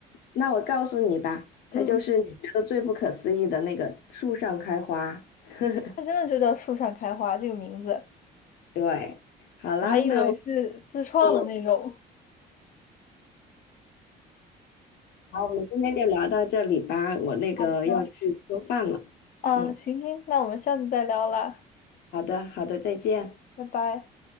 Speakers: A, on the left (about 75°); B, on the left (about 55°).
A: 那我告诉你吧，它就是你觉得最不可思议的那个树上开花。
B: 嗯。
A: <laughs>
B: 它真的就叫树上开花这个名字，
A: 对，好啦，
B: 我还以为是自创的那种。
A: 那我们就好，我们今天就聊到这里吧，我那个要去做饭了。
B: 好的，啊，
A: 嗯，
B: 行行，那我们下次再聊啦，
A: 好的，好的，再见。
B: 拜拜。